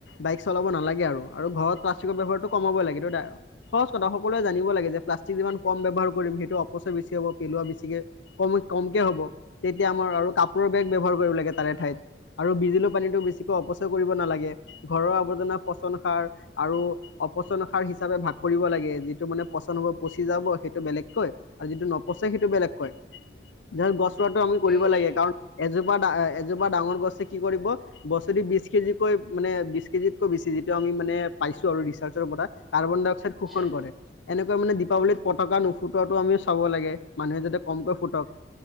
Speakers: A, on the left; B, in the centre.
A: বাইক চলাব নালাগে আৰু, আৰু ঘৰত প্লাষ্টিকৰ ব্যৱহাৰটো কমাবই লাগে, এইটো ডাইৰ সহজ কথা স সকলোৱে জানিব লাগে যে, প্লাষ্টিক যিমান কম ব্যৱহাৰ কৰিম সেইটো অপচয় বেছি হ'ব, পেলোৱা বেছিকে কম কমকে হ'ব, তেতিয়া আমাৰ আৰু কাপোৰৰ বেগ ব্যৱহাৰ কৰিব লাগে তাৰে ঠাইত। আৰু বিজুলীৰ পানীটো বেছিকৈ অপচয় কৰিব নালাগে। ঘৰৰ আৱৰ্জনা পচন সাৰ আৰু অপচন সাৰ হিচাপে ভাগ কৰিব লাগে যি যিটো মানে পচন হ'ব পচি যাব সেইটো বেলেগকৈ আৰু যিটো নপচে সেইটো বেলেগকৈ। ধেৰ গছ ৰোৱাটো আমি
B: ঠিকে
A: কৰিব
B: কৈছে
A: লাগে কাৰণ এজোপা দা এ, এজোপা ডাঙৰ গছে কি কৰিব বছৰি বিশ কেজিকৈ, মানে বিশ কেজিতকৈ বেছি, যিটো আমি মানে পাইছো আৰু ৰিচাৰ্চৰ পৰা। কাৰ্বন ডাই অক্সাইড
B: আচ্ছা।
A: শোষণ কৰে। এনেকৈ মানে দীপাৱলীত পতকা নুফুটোৱাটো আমি চাব লাগে, মানুহে যাতে কমকৈ ফুটক।